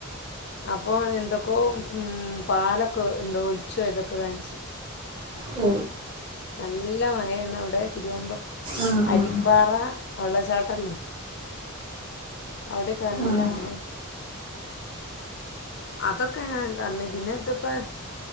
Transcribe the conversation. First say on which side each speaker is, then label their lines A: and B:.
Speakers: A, on the left (about 55°); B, on the right (about 20°).
A: അപ്പൊ എന്തൊക്കോ ഉം പാലൊക്കോ എന്തോ ഒലിച്ചോയതൊക്കെ കാണിച്ച്
B: ഓ
A: നല്ല മഴയാണ് അവിടെ തിരുവമ്പ
B: ആഹ്
A: അരിപ്പാറ
B: ആഹ്
A: വെള്ളച്ചാട്ടല്ലേ അവിടെക്കേ നല്ല
B: ആഹ്
A: മഴയാ അതൊക്കെ ഞാൻ കണ പിന്നെ ഇതിപ്പാ